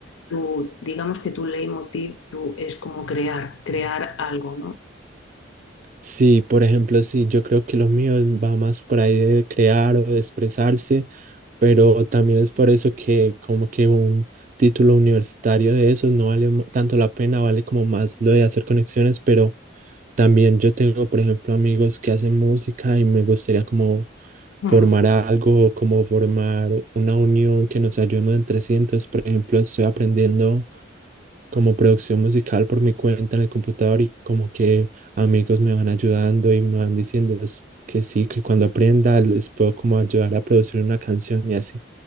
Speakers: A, on the left; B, on the right.
A: tú, digamos que tu leitmotiv tú, es como crear, crear algo, ¿no?
B: Sí, por ejemplo, sí, yo creo que lo mío va más por ahí de crear o de expresarse, pero también es por eso que como que un título universitario de eso no vale mu- tanto la pena, vale como más lo de hacer conexiones, pero también yo tengo, por ejemplo, amigos que hacen música y me gustaría como
A: Ajá.
B: formar algo, como formar una unión que nos ayudemos entre sí. Entonces, por ejemplo, estoy aprendiendo como producción musical por mi cuenta en el computador y como que amigos me van ayudando y me van diciendo es- que sí, que cuando aprenda les puedo como ayudar a producir una canción y así.